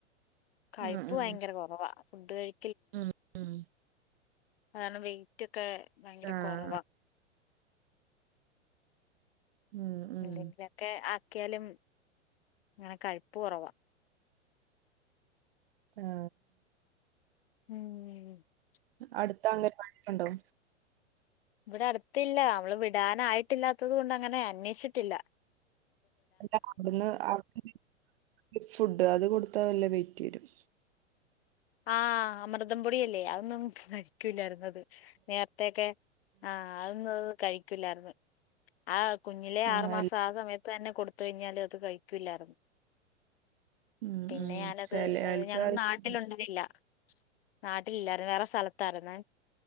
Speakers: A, on the left; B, on the right.
A: കഴിപ്പ്
B: ഉം ഉം
A: ഭയങ്കര കൊറവാ ഫുഡ് കഴി
B: ഉം ഉം
A: കാരണം വെയ്റ്റൊക്കെ ഭയങ്കര
B: ആഹ്
A: കൊറവ
B: ഉം
A: <unintelligible>
B: ഉം
A: ലൊക്കെ ആക്കിയാലും ഇങ്ങനെ കഴിപ്പ് കൊറവ
B: ആ ആ
A: ഉം
B: അടുത്തങ്ങെൻവാടിയൊക്കണ്ടോ?
A: വ്ടെ അടുത്ത്ല്ല അവള് വിടാനായിട്ടില്ലാത്തത് കൊണ്ടങ്ങനെ അന്വേഷിട്ടില്ല.
B: അല്ല അവിടുന്ന് അവി <unintelligible> ഫുഡ് അത് കൊടുത്താ നല്ല വെയ്റ്റ് വരും
A: ആ അമൃതംപൊടിയല്ലേ അതന്നും കഴി ക്കൂലാര്ന്നത് നേരത്തൊക്കെ ആ അതന്ന കഴി <unintelligible> ആ കുഞ്ഞിലെ
B: ആഹ്
A: ആറ് മാസം
B: എല്ല
A: ആ സമയത്തന്നെ കൊടുത്തഴിഞ്ഞാല്. കഴിക്കൂലാർന്ന്
B: ഉം
A: പിന്നെ
B: ഉം
A: ഞാനത്
B: ചെല ആൾക്ക്
A: ഞങ്ങള്
B: ആഹ്
A: നാട്ടിലുണ്ടതയില്ല നാ ട്ടില്ലായിരുന്നു വേറെ സ്ഥലത്താര്ന്നെ